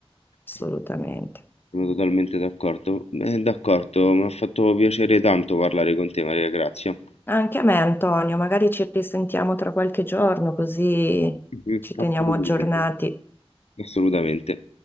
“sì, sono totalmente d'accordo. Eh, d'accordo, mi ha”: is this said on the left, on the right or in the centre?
Left